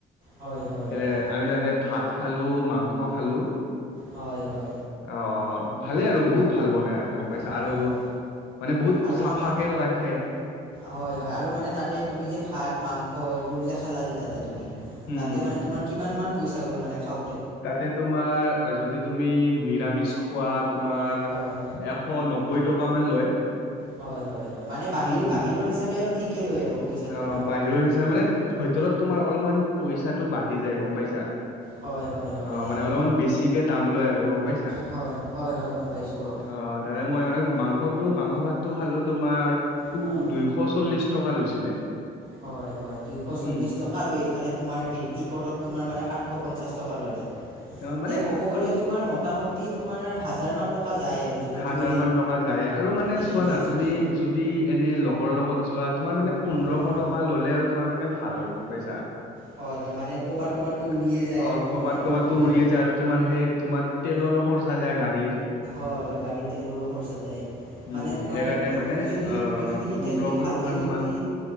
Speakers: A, on the right (about 55°); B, on the left (about 80°).
A: হয় হয়
B: এ
A: হয়
B: আমি তাতে ভাত খালো মাংস খালো।
A: হয় হয়।
B: অ ভালেই আৰু বহুত ভাল বনাই আৰু গম পাইছা
A: হয়
B: আৰু।
A: হয়
B: মানে বহুত
A: আৰু
B: চাফাকেও
A: মানে
B: ৰাখে।
A: হয় হয় আৰু মানে তাতে তুমি যে ভাত মাংস এইবোৰ যে খালা যে তাতে তুমি।
B: হম
A: তাতে
B: হম হম
A: মানে তোমাৰ কিমান মান পইচা গ'ল মানে খাওঁ।
B: তাতে তোমাৰ যদি তুমি নিৰামিষ খোৱাত। তোমাৰ
A: হয়
B: এশ নবৈ টকা মান লয়।
A: হয় হয় হয় মানে বাহিৰ
B: উম
A: বাহিৰৰ হিচাপে আৰু ঠিকে লয় আৰু পইচাটো
B: আহ
A: ন
B: বাহিৰৰ হিচাপ মানে ভিতৰত তোমাৰ। অলপমান পইচাটো বাঢ়ি যায় গম পাইছা।
A: হয় হয় হয়
B: অ
A: সেয়াই
B: মানে অলপমান বেছিকে দাম লয় আৰু গম পাইছা।
A: হয় হয় হয় গম পাইছো অ।
B: অ তাৰে মই আৰু মাংসতো মাংস ভাত। টো খালো তোমাৰ
A: হয়
B: দুইশ চল্লিশ টকা লৈছিলে।
A: হয় হয় দুইশ
B: উম
A: চল্লিশ টকা আৰু এইফালে তোমাৰ হেৰি টিকটত তোমাৰ মানে সাতশ পঞ্চাশ। টকা ললে
B: ন মানে তুম
A: তোমাৰ মতা মতি তোমাৰ হাজাৰ টকা যায় আৰু যদি
B: হাজাৰ
A: তুমি
B: মান টকা যায় আৰু মানে
A: হেৰি
B: চোৱা
A: কি
B: না
A: আছিলে
B: তুমি যদি এনে লগৰ লগত যোৱা। তোমাৰ মানে পোন্ধৰশ
A: হয়
B: টকা ললে আৰু তোমাৰ কাৰণে ভাল আৰু গম পাইছা।
A: হয় হয় মানে ক'ৰবাত
B: অ অ
A: ক'ৰবাততো উৰিয়ে যায় আৰু
B: কৰবাত
A: তোমাৰ
B: ক'বাতো
A: গ'লে
B: উৰিয়ে যায় আৰু তোমাৰ সেই তোমাৰ তেলৰ। খৰচা যায় গাড়ীৰ।
A: হয় হয় গাড়ী তেলৰো খৰচা য
B: উম
A: মানে তোমাৰ
B: সেইকাৰণে মানে
A: তুমি যদি
B: আহ
A: তুমি যদি এতিয়া
B: পোন্ধৰশ
A: যদি ভালকে
B: টকান
A: যদি।
B: মান